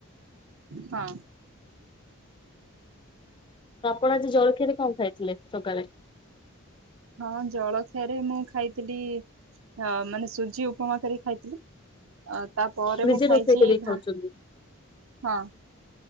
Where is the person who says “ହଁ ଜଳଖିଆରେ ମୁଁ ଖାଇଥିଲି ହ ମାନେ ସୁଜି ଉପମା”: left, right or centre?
Right